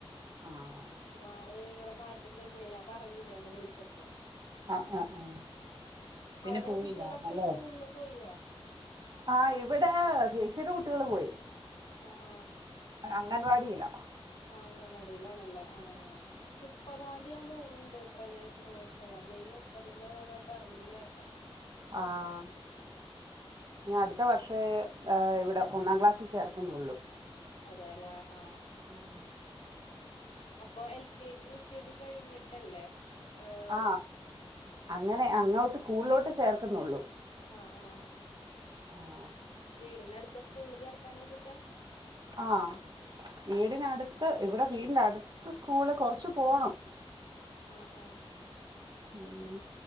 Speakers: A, on the right (about 45°); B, on the left (about 75°).
A: ആഹ്
B: ആള് ഇവടെ നാട്ടിൽ തന്നെയാ ഞാൻ പറഞ്ഞില്ലേ അന്ന് വിളിച്ചപ്പോ
A: ആഹ് ആഹ് ആഹ് പിന്നെ
B: അവടെ
A: പോയില്ലായിരുന്നല്ലേ
B: കുട്ട്യേളെക്കെ സ്കൂള്ല് പോയ്യാ
A: ആഹ് ഇവിടേ ചേച്ചിടെ കുട്ടികള് പോയി
B: ആഹ് ആഹ്
A: അംഗൻവാടിയിലാ
B: ആഹ് അംഗൻവാടിയിലാണല്ലേ ആഹ് മുപ്പതാംന്തിയാ തോന്ന്ണ്ട് പ്രവേശനോത്സവം മെയ് മുപ്പത് ന്നാണ് പറഞ്ഞ് കേട്ടേ
A: ആഹ് ഇഞ് അട്ത്ത വർഷേ ഏഹ് ഇവിടെ ഒന്നാം ക്ലാസ്സിൽ ചേർക്കുന്നൊള്ളു
B: അതേലേ ആഹ്
A: ആഹ്‌
B: അപ്പൊ L K G U K G കഴിഞ്ഞിട്ടല്ലേ. ഏഹ്
A: ആഹ് അങ്ങനെ അങ്ങോട്ട് സ്കൂളിലോട്ട് ചേർക്കുന്നുള്ളു.
B: ആഹ് ആഹ്.
A: ആഹ്.
B: വീടിന്നടുത്തെ സ്കൂളില് ചേർത്താലോച്ചിട്ടാ.
A: ആഹ് വീടിനടുത്ത് ഇവിടെ വീടിന്റെ അടുത്ത് സ്കൂള് കൊറച്ച് പോണം.
B: ആഹ് ആഹ്.
A: ഉം.